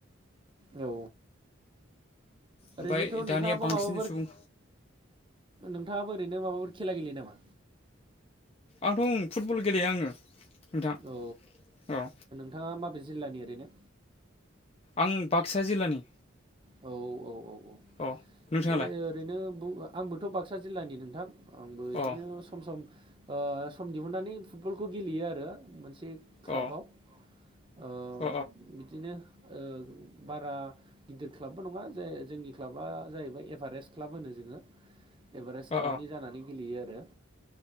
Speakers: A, on the right; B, on the left.
A: औ।
B: ओमफ्राय
A: ओरैनोथ'
B: दानिया
A: नोंथाङाबो
B: बांसिन
A: माबाफोर
B: सुबुं
A: नोंथाङाबो ओरैनो माबाफोर खेला गेलेयो नामा?
B: आंथ' ओं फुटबल गेलेयो आङो नोंथां
A: औ
B: औ।
A: नोंथाङा माबे जिल्लानि ओरैनो?
B: आं बाक्सा जिल्लानि।
A: औ औ औ औ
B: अ नोंथाङालाय
A: दे। ओरैनो बो आंबोथ' बाक्सा जिल्लानि नोंथां। आंबो बिदिनो
B: अ
A: सम सम ओ सम दिहुननानै फुटबलखौ गेलेयो आरो। मोनसे क्लाबाव
B: अ
A: ओ
B: अ
A: बिदिनो ओ बारा गिदिर क्लाबबो नङा जे जोंनि क्लाबा जाहैबाय एभारेस्ट क्लाब होनो जोङो एभारेस्ट क्लाबनि
B: अ
A: जानानै गेलेयो आरो।